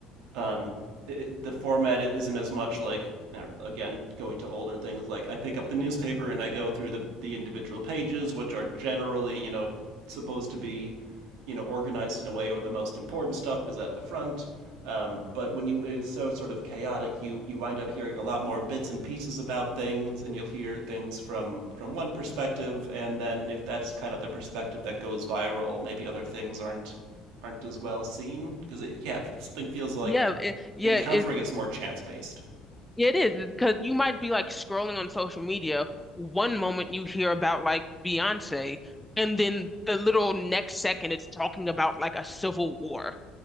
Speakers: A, on the right; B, in the centre.
A: um, it, the format isn't as much like I don't know, again going to older things like I pick up the newspaper and I go through the the individual pages, which are generally you know supposed to be you know organized in a way where the most important stuff is at the front. Um, but when you it's so sort of chaotic, you you wind up hearing a lot more bits and pieces about things, and you'll hear things from from one perspective, and then if that's kind of the perspective that goes viral, maybe other things aren't aren't as well seen because yeah, something feels like
B: Yeah, it, yeah,
A: encountering
B: it,
A: is more chance based,
B: Yeah, It is because you might be like scrolling on social media. One moment you hear about like Beyonce, and then the little next second it's talking about like a civil war.